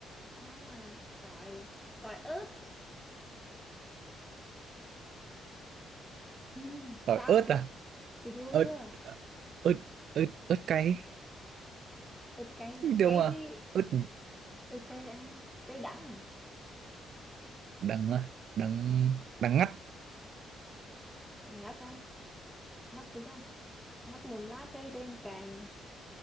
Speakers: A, in the centre; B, on the right.
A: à tỏi tỏi ớt Ừm,
B: tỏi
A: sao
B: ớt
A: chị
B: à
A: chị thua
B: ớt
A: chưa
B: ớt ớt ớt cay
A: ớt cay
B: đúng
A: à cay
B: à
A: ly
B: ướt
A: ớt cay à cay đắng
B: đắng à đắng đắng ngắt
A: ngắt à ngắt gì ta ngắt một lá cây trên cành